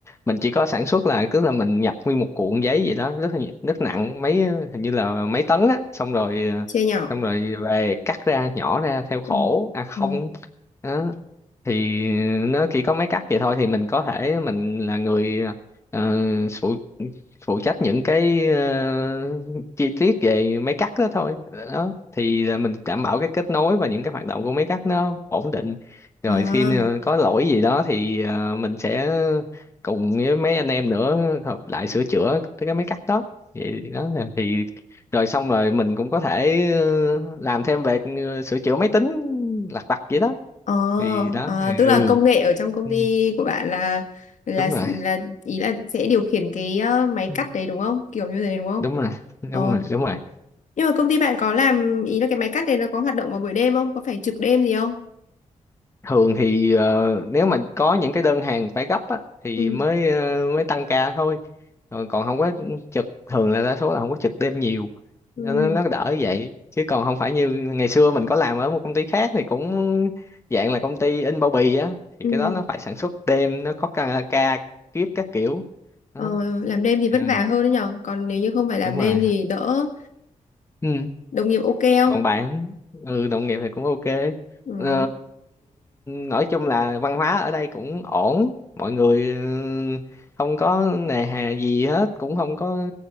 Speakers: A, on the left; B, on the left.
A: mình chỉ có sản xuất là tức là mình nhập nguyên một cuộn giấy vậy đó rất là nhi- rất nặng mấy hình như là mấy tấn á xong rồi ờ,
B: chia nhỏ,
A: xong rồi về cắt ra nhỏ ra theo khổ
B: ừ,
A: a không
B: ừ,
A: đó thì nó chỉ có mấy cách vậy thôi thì mình có thể mình là người ờ, phụ phụ trách những cái ờ, chi tiết về mấy cách đó thôi đó thì là mình đảm bảo cái kết nối và những cái hoạt động của mấy cách nó ổn định rồi
B: à.
A: khi nào có lỗi gì đó thì ờ, mình sẽ cùng với mấy anh em nữa hợp lại sửa chữa cái mấy cách đó vậy đó là thì rồi xong rồi mình cũng có thể ờ, làm thêm về ờ, sửa chữa máy tính lặt vặt vậy đó
B: Ờ,
A: thì đó
B: à,
A: thì
B: tức là
A: ừ
B: công nghệ ở trong công
A: Ừ,
B: ty của bạn là là
A: đúng rồi
B: là ý là sẽ điều khiển cái ờ, máy
A: Ừ.
B: cắt đấy đúng không? Kiểu như thế đúng không?
A: đúng rồi đúng
B: Ờ.
A: rồi đúng rồi
B: Nhưng mà công ty bạn có làm ý là cái máy cắt đấy nó có hoạt động vào buổi đêm không? Có phải trực đêm gì không?
A: thường thì ờ, nếu mà có những cái đơn hàng phải gấp á thì
B: Ừ.
A: mới ờ, mới tăng ca thôi còn còn không có trực thường là đa số là không có trực đêm nhiều
B: Ừ.
A: nó nó nó đỡ vậy chứ còn không phải như ngày xưa mình có làm ở một công ty khác thì cũng dạng là công ty in bao bì á thì
B: Ừ.
A: cái đó nó phải sản xuất đêm nó có ca, ca kiếp các kiểu đó
B: Ờ, làm đêm thì vất
A: Ừ,
B: vả hơn đấy nhở. Còn nếu như không phải làm
A: đúng
B: đêm
A: rồi
B: thì đỡ.
A: ừ
B: Đồng nghiệp ok không?
A: còn bạn ừ đồng nghiệp thì cũng ok
B: Ừ.
A: ờ, nói chung là văn hóa ở đây cũng ổn mọi người ừ, không có nề hà gì hết cũng không có